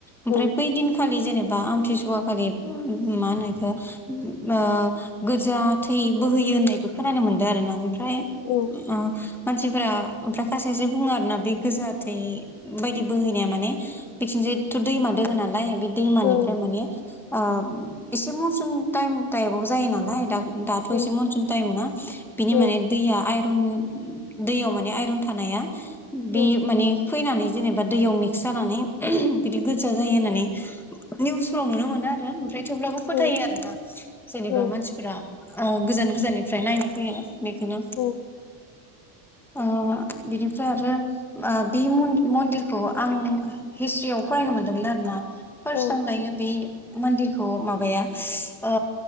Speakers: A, in the centre; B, on the left (about 35°).
A: ओमफ्राय
B: औ
A: बै दिनखालि जेने बा आमथि सुवा‌ खालि मा होनो एखो ओ गोजा थै बोहै यो होननायबो खोनानो मोनदों आरो ना ओमफ्राय
B: औ
A: ओ मानसिफोरा ओमफ्राय खायसे खायसे बुङो आरोना बे गोजा थै बायदि बोहैनाया माने बिथिं जायथ' दैमा दोङो नालाय बे दैमानिफ्राय
B: औ
A: माने ओ एसे मनसुन थाइम टाइपाव जायो नालाय दा दाथ'
B: औ
A: एसे मनसुन टाइम ना बिनि
B: औ
A: माने दैया आइ दैयाव माने आइरन थानाया बे
B: औ
A: माने फैनानै जेने बा दैयाव मिक्स जानानै बिदि गोजा जायो होननानै निउसफ्राव नुनो मोनो आरो ओमफ्राय थेवब्लाबो फोथायो
B: औ
A: आरो ना जेनेबा
B: औ
A: मानसिफोरा ओ गोजान गोजाननिफ्राय नायनो फैयो बेखौनो
B: औ
A: ओ बिनिफ्राय आरो ओ बे मन्दिर खौ आं हिस्ट्रियाव फरायनो मोन्दोंमोन आरोना फार्स्टआव
B: औ
A: लायनो बे मन्दिरखौ माबाया ओ